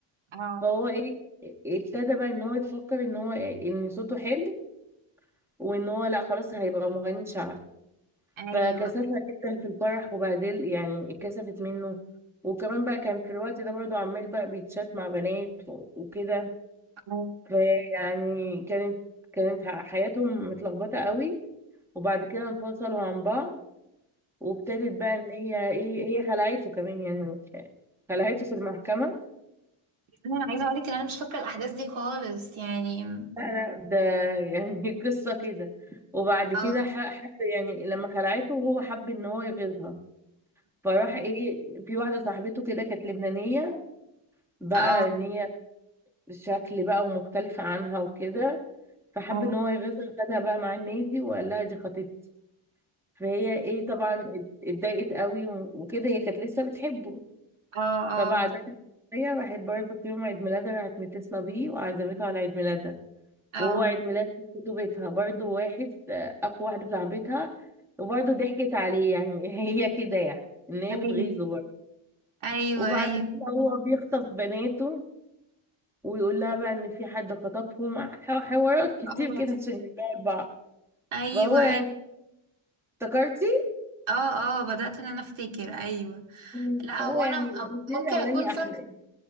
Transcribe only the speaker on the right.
اه
ايوه
آه.
انا عايزه اقول لك ان انا مش فاكره الاحداث دي خالص يعني
اه
اه
اه
اه اه
اه
ايوه
ايوه
ايوه
اه
ايوه
ايوه
اه اه بدأت ان انا افتكر ايوه
لا
هو
انا
م- ممكن
اكون فاكر